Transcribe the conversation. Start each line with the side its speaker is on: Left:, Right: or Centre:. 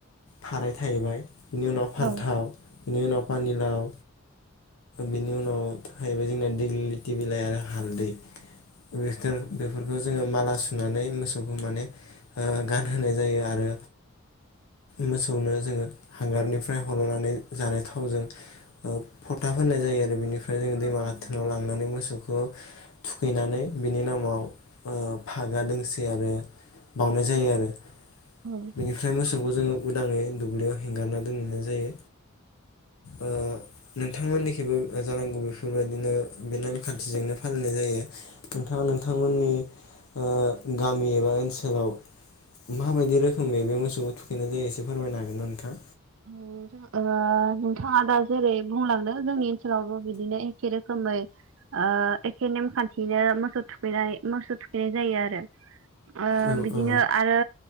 Left: थाराइ थायलायबाय बिनि उनाव फान्थाव
Right: औ
Left: बिनि उनाव पानिलाव बिनि उनाव थाहैबाय जोंना दिग्लिलिथि बिलाइ आरो हालदै। <unintelligible> बेफोर बेखौ जोंङो माला सुनानै मोसौखौ माने ओ गानहोनाय जायो आरो मोसौनो जोंङो हांगारनिफ्राय हल'नानै जानाय थावजों फोथा होनाय जायो आरो बेनिफ्राय ओमफ्राय जों
Right: औ
Left: दैमा
Right: औ
Left: गाथोनाव
Right: नोंथां
Left: लांनानै मोसौखौ थुखैनानै बिनि नामाव औ फागा दोंसे आरो बावनाय जायो आरो
Right: ओ
Left: बेनिफ्राय मोसौखौ जोंङो उदांङै दुब्लियाव हेंगारना दोनहैनाय जायो। ओ नोंथांमोननि बो जानांगौ बेफोरबायदिनो बे नेमखान्थिजोंनो फालिनाय जायो। नोंथांङा नोंथांमोननि ओ गामि एबा ओनसोलाव मा बायदि रोखोमनि बे मोसौखौ थुखैनाय जायो एसे फोरमायनो हागोन ना नोंथां?
Right: औ जोंहा ओबा। थांङा दा जेरै बुंलांदो। जोंनि ओनसोलावबो बिदिनो एखे रोखोमै ओ एखे नेमखान्थियैनो मोसौ थुखैनाय मोसौ थुखैनाय जायो आरो। ओ
Left: औ
Right: बिदिनो
Left: औ
Right: आरो